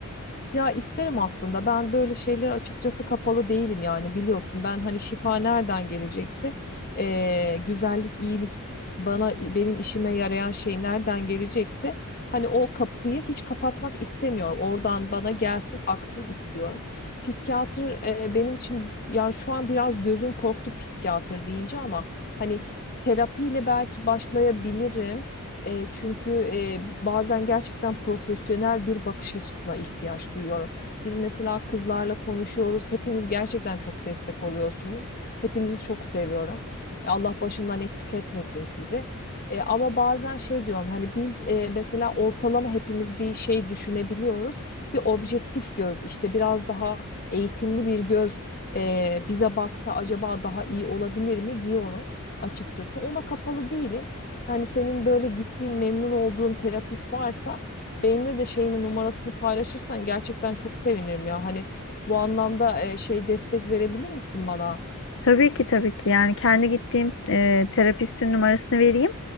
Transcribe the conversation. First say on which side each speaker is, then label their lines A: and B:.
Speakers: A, on the left; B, on the left.
A: Ya isterim aslında. Ben böyle şeyler açıkçası kapalı değilim yani biliyorsun. Ben hani şifa nereden gelecekse eee, güzellik, iyilik bana benim işime yarayan şey nereden gelecekse hani o kapıyı hiç kapatmak istemiyorum. Oradan bana gelsin, aksın istiyorum. Psikiyatr eee, benim için yani şu an biraz gözüm korktu psikiyatr deyince ama hani terapiyle belki başlayabilirim. E, çünkü e, bazen gerçekten profesyonel bir bakış açısına ihtiyaç duyuyorum. Biz mesela kızlarla konuşuyoruz. Hepiniz gerçekten çok destek oluyorsunuz. Hepinizi çok seviyorum. E, Allah başımdan eksik etmesin sizi. E, ama bazen şey diyorum hani biz e, mesela ortalama hepimiz bir şey düşünebiliyoruz. Bir objektif göz işte biraz daha eğitimli bir göz e, bize baksa acaba daha iyi olabilir mi diyorum açıkçası. Ona kapalı değilim. Yani senin böyle gittiğin, memnun olduğun terapist varsa benimle de şeyini numarasını paylaşırsan gerçekten çok sevinirim ya. Hani bu anlamda e, şey destek verebilir misin bana?
B: Tabii ki tabii ki yani kendi gittiğim e, terapistin numarasını vereyim.